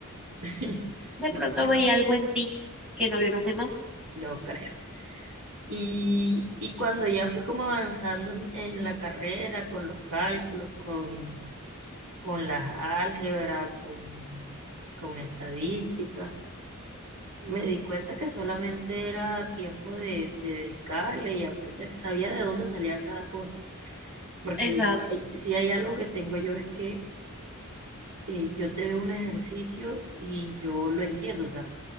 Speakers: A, on the right (about 65°); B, in the centre.
A: <laughs>
B: De
A: Yo,
B: pronto
A: bueno,
B: veía algo en ti que no vio en los demás.
A: yo creo. Y, y cuando ya fui como avanzando en, en la carrera, con los cálculos, con, con las álgebras, con, con estadísticas, me di cuenta que solamente era tiempo de, de dedicarle y aprender. Sabía de dónde salía cada cosa. Porque
B: Exacto,
A: hay- si hay algo que tengo yo es que eh, yo te veo un ejercicio y yo lo entiendo. O sea,